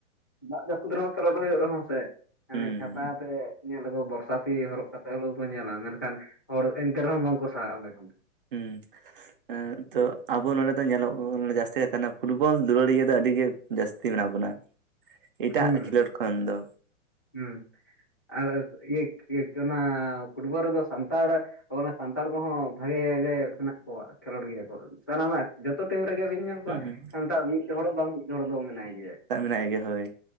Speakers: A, on the left; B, on the right.
A: ᱫᱟᱜ ᱡᱟᱹᱯᱩᱫ ᱨᱮᱦᱚᱸ ᱠᱷᱮᱞᱳᱰ ᱦᱩᱭᱩᱜ ᱨᱮᱦᱚᱸ ᱥᱮ ᱢᱟᱱᱮ
B: ᱦᱩᱸ
A: ᱡᱷᱟᱯ ᱪᱷᱟᱛᱟ ᱛᱮ ᱧᱮᱞ ᱟᱠᱚ ᱵᱚᱨ ᱥᱟᱛᱷᱤ ᱦᱚᱨᱚᱜ ᱠᱟᱛᱮᱫ ᱦᱚᱞᱮᱭᱚ ᱠᱚ ᱧᱮᱞᱟ ᱢᱮᱱᱠᱷᱟᱱ ᱦᱚᱲ ᱮᱱᱛᱮ ᱨᱮᱦᱚᱸ ᱵᱟᱝ ᱠᱚ ᱥᱟᱦᱟᱜ ᱚᱰᱮᱸ ᱠᱷᱚᱱ᱾
B: ᱦᱩᱸ᱾ ᱦᱮᱸ ᱛᱚ ᱟᱵᱚ ᱱᱚᱸᱰᱮ ᱫᱚ ᱧᱮᱞᱚᱜ ᱠᱟᱱᱟ ᱡᱟᱹᱥᱛᱤ ᱟᱛᱮᱜ ᱛᱟᱦᱮᱸᱱᱟ ᱯᱷᱩᱴᱵᱚᱞ ᱫᱩᱞᱟᱹᱲᱤᱭᱟᱹ ᱫᱚ ᱟᱹᱰᱤ ᱜᱮ ᱡᱟᱹᱥᱛᱤ ᱢᱮᱱᱟᱜ ᱵᱚᱱᱟ ᱮᱴᱟᱜ
A: ᱦᱩᱸ
B: ᱠᱷᱮᱞᱳᱰ ᱠᱷᱚᱱ ᱫᱚ᱾
A: ᱦᱩᱸ ᱟᱨ <unintelligible> ᱚᱱᱟ ᱯᱷᱩᱴᱵᱚᱞ ᱨᱮᱫᱚ ᱥᱟᱱᱛᱟᱲ ᱟᱵᱚ ᱚᱱᱟ ᱥᱟᱱᱛᱟᱲ ᱠᱚᱦᱚᱸ ᱵᱷᱟᱜᱮ ᱜᱮ ᱦᱮᱸᱱᱟᱜ ᱠᱚᱣᱟ ᱠᱷᱮᱞᱳᱰ ᱜᱮᱭᱟ ᱠᱚ ᱥᱟᱱᱟᱢᱟᱜ ᱡᱚᱛᱚ ᱴᱤᱢ ᱨᱮᱜᱮ ᱵᱤᱱ ᱧᱮᱞ ᱠᱚᱣᱟ
B: ᱦᱩᱸ ᱦᱩᱸ
A: ᱥᱟᱱᱛᱟᱲ ᱢᱤᱫ ᱦᱚᱲ ᱵᱟᱝ ᱢᱤᱫ ᱦᱚᱲ ᱫᱚ ᱢᱮᱱᱟᱭ ᱜᱮᱭᱟᱭ ᱾
B: ᱛᱟᱜ ᱢᱮᱱᱟᱭ ᱜᱮᱭᱟ ᱦᱳᱭ᱾